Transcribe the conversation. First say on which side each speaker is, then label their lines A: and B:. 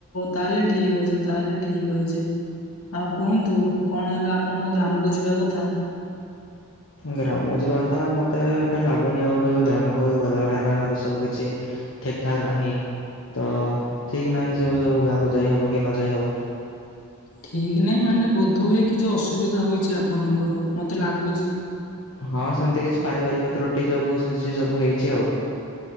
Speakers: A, on the left; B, on the left.
A: ତାହେଲେ ଠିକ ଅଛି। ତାହେଲେ ଠିକ ଅଛି। ଆଉ କୁହନ୍ତୁ କଣ ହେଲା ଆପଣଙ୍କ ଗ୍ରାମକୁ ଯିବା କଥା?
B: ଗ୍ରାମ ଯିବା କଥା ମତେ କାଁ ଲାଗୁନି ଆଉ କେବେ ଗ୍ରାମକୁ ଗଲା ଭଳିଆ କାରଣ ବି ସବୁ କିିଛି ଠିକ ଠାକ ନାହିଁ ତ ଠିକ ନାହିଁ ସେବୁ ସବୁ ଗାଁକୁ ଯାଇହବ କି ନ ଯାଇ ହବ।
A: ଠିକ ନାହିଁ ମାନେ ବୋଧ ହୁଏ କିଛି ଅସୁବିଧା ହେଛି ଆପଣଙ୍କର ମତେ ଲାଗୁଚି।
B: ହଁ ସେମିତି କିଛି ପାରିବାରିକ ତ୍ରୁଟି ଯୋଗୁ ସେ ସବୁ ହେଇଛି ଆଉ।